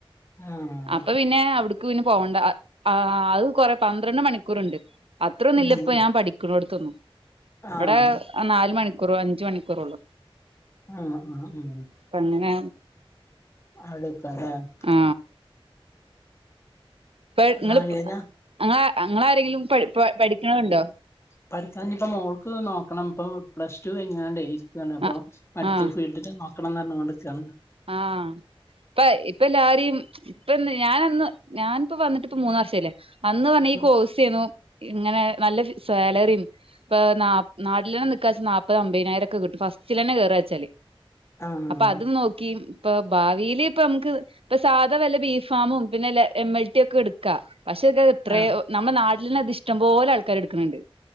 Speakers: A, on the left; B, on the right.
A: ആഹ്
B: അപ്പൊ പിന്നെ അവിടു ക്ക് പിന്നെ പോവണ്ട ആ അത് കൊറെ പന്ത്രണ്ട് മണിക്കൂറിണ്ട് അത്രൊന്നുല്ല
A: ഉം
B: ഇപ്പ ഞാൻ പഠിക്കുന്നോട്ത്തൊന്നും
A: ആഹ്
B: ഇവിടെ നാല് മണിക്കൂറ് അഞ്ച് മണിക്കൂറേ ഉള്ളു
A: ആഹ് ആഹ് ആഹ്
B: അപ്പ അങ്ങനെ
A: <unintelligible>
B: ആ ഇപ്പ നിങ്ങള്
A: നാരങ്ങ
B: അ അങ്ങളാരേലും പഠി പഠിക്കണ ഉണ്ടോ
A: പഠിക്കാൻ ഇപ്പ മോൾക്ക് നോക്കണം ഇപ്പ പ്ലസ് ടു കഴിഞ്ഞാണ്ടേ അപ്പൊ
B: ആ
A: മെഡിക്കൽ
B: ആ
A: ഫീൽഡിൽ നോക്കണംന്ന് പറഞ്ഞു കൊണ്ട് നിക്കാണ്
B: ആഹ് ഇപ്പ ഇപ്പൊ എല്ലാരിം ഇപ്പന്ന് ഞാനന്ന് ഞാനിപ്പോ വന്നിട്ട് ഇപ്പ മൂന്നാർഷായില്ലേ അന്ന് പറഞ്ഞ ഈ
A: ഉം
B: കോഴ്സ് ചെയ്യുന്നു ഇങ്ങനെ നല്ല സാലറിയും ഇപ്പ ന നാട്ടിലന്നെ നാല്പ്പത് അമ്പതിനായിരം ഒക്കെ കിട്ടും ഫസ്റ്റില തന്നെ കേറുകാ വെച്ചാല്
A: ആഹ്
B: അപ്പൊ അത് നോ ക്കി ഇപ്പൊ ഭാവില് ഇപ്പ നമുക്ക് ഇപ്പൊ സാധാ വല്ല ബീഫ് ഫാമും പിന്നെല്ല എം എൽ ടി ഒക്കെ എടുക്കാം പക്ഷെ ഇത് അത്രയോ
A: ആഹ്
B: നമ്മുടെ നാട്ടിൽ തന്നെ അത് ഇഷ്ടംപോലെ ആൾക്കാര് എടുക്കണിണ്ട്